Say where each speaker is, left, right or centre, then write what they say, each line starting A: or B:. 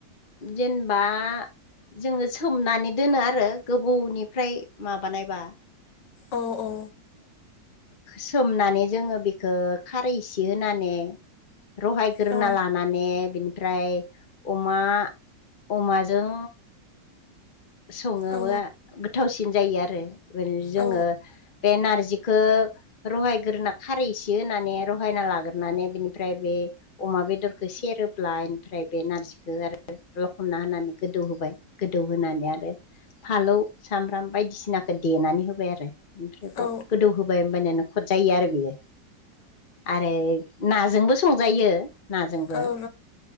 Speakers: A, on the left; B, on the left.
A: जेनेबा जोङो सोमनानै दोनो आरो गोबौनिफ्राय माबानायबा
B: औ औ
A: सोमनानै जोङो बेखौ खारै इसे होनानो रहायग्रोना
B: औ
A: ला नानै बिनिफ्राय अमा अमाजों सङोबा
B: औ
A: गोथावसिन जायो आरो जोङो
B: औ
A: बे नारजि खो रहायग्रोना खारैसे होननानै रहायना लाग्रोनानै बिनिफ्राय बे अमा बेदरखौ सेरोब्ला बेनिफ्राय बे नारजिखौ आरो लखमना होनानै गोदौ होबाय गोदौहोनानै आरो फालौ सामब्राम बायदिसिनाखौ देनानै होबाय आरो ओमफ्राय बहुद
B: औ
A: गोदौ होबाय नखद जायो आरो बेयो आरो नाजोंबो संजायो नाजोंबो
B: औ ओं